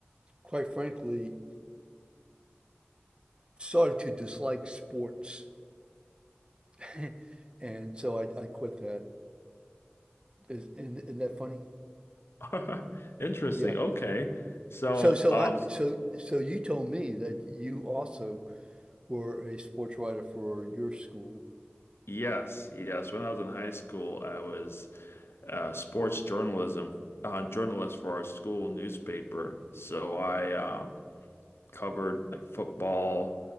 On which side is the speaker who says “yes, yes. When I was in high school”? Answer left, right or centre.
Left